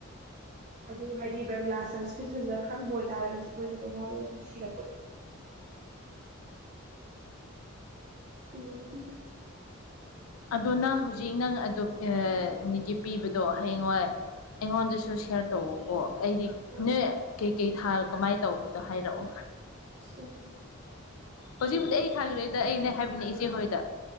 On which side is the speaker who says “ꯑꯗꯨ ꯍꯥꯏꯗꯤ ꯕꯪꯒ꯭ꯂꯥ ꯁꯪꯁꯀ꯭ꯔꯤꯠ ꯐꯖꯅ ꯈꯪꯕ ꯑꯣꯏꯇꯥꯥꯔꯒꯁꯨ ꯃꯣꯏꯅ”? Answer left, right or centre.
Right